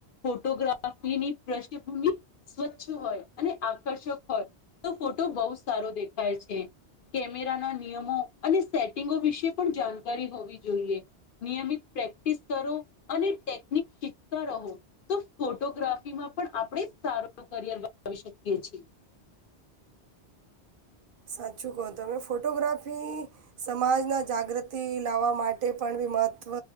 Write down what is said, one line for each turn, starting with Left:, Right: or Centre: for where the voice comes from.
Left: ફોટોગ્રાફીની પૃષ્ઠભૂમિ, સ્વચ્છ હોય અને આકર્ષક હોય તો ફોટો બહુ સારો દેખાય છે. કેમેરાના નિયમો અને સેટિંગો વિશે પણ જાણકારી હોવી જોઈએ. નિયમિત પ્રેક્ટિસ કરો અને ટેકનિક શીખતા રહો. તો ફોટોગ્રાફીમાં પણ આપણે સારો કરિયર બનાવી શકીએ છીએ.
Right: સાચું કહો તમે ફોટોગ્રાફી, સમાજના જાગૃતિ લાવવા માટે પણ બી મહત્વ,